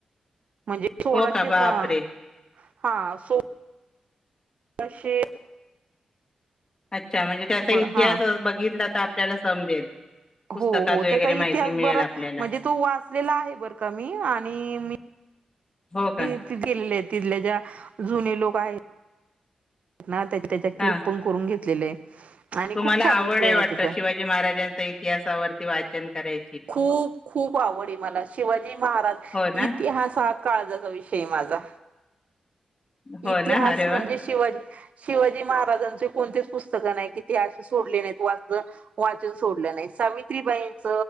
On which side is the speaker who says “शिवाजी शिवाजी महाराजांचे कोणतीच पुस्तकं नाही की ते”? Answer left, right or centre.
Right